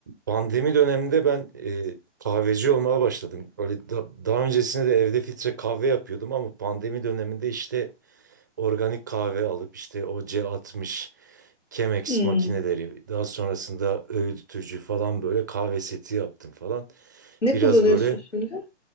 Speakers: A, on the right (about 15°); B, on the left (about 75°).
A: Pandemi döneminde ben e, kahveci olmaya başladım. Öyle da- daha öncesinde de evde filtre kahve yapıyordum ama pandemi döneminde işte organik kahve alıp işte o C60 Chemex
B: Hmm.
A: makineleri daha sonrasında öğütücü falan böyle kahve seti yaptım falan.
B: Ne
A: Biraz
B: kullanıyorsun
A: böyle
B: şimdi?